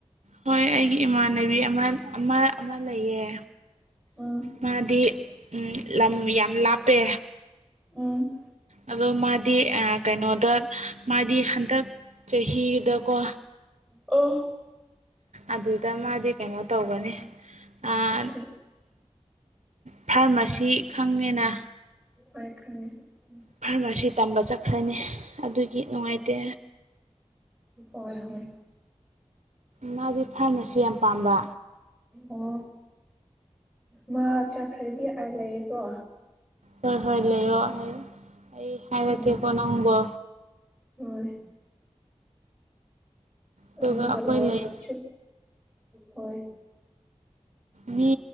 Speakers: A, on the right (about 80°); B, in the centre.
A: ꯍꯣꯏ ꯑꯩꯒꯤ ꯏꯃꯥꯟꯅꯕꯤ ꯑꯃ ꯑꯃ ꯑꯃ ꯂꯩꯌꯦ
B: ꯎꯝ
A: ꯃꯥꯗꯤ ꯎꯝ ꯂꯝ ꯌꯥꯝ ꯂꯥꯞꯄꯦ
B: ꯎꯝ‌꯫
A: ꯑꯗꯣ ꯃꯥꯗꯤ ꯀꯩꯅꯣꯗ ꯃꯥꯗꯤ ꯍꯟꯗꯛ ꯆꯍꯤꯗꯀꯣ
B: ꯑꯣ
A: ꯑꯗꯨꯗ ꯃꯥꯗꯤ ꯀꯩꯅꯣ ꯇꯧꯒꯅꯤ ꯑꯥ
B: ꯀꯔꯤ
A: ꯐꯥꯔꯃꯥꯁꯤ ꯈꯪꯉꯦꯅ
B: ꯍꯣꯏ ꯈꯪꯉꯦ ꯎꯝ
A: ꯐꯥꯔꯃꯥꯁꯤ ꯇꯝꯕ ꯆꯠꯈ꯭ꯔꯅꯤ ꯑꯗꯨꯒꯤ ꯅꯨꯡꯉꯥꯏꯇꯦ
B: ꯑꫭꯏ ꯍꯣꯏ
A: ꯃꯥꯗꯤ ꯐꯥꯔꯃꯥꯁꯤ ꯌꯥꯝ ꯄꯥꯝꯕ
B: ꯑꯣ ꯃꯥ ꯆꯠꯈ꯭ꯔꯗꯤ ꯑꯩ ꯂꯩꯌꯦꯀꯣ
A: ꯍꯣꯏ ꯍꯣꯏ ꯂꯩꯔꯣ ꯑꯩ ꯑꯩ ꯍꯥꯏꯔꯛꯀꯦꯀꯣ
B: ꯎꯝ
A: ꯅꯪꯕꯣ
B: ꯍꯣꯏ ꯑꯩꯉꫭꯟꯗ
A: ꯑꯗꯨꯒ ꯑꯩꯈꯣꯏ
B: ꯂꯥꯎ
A: ꯂꯩ
B: ꯉꯥꯡꯁꯤꯟ ꯍꯣꯏ
A: ꯃꯤ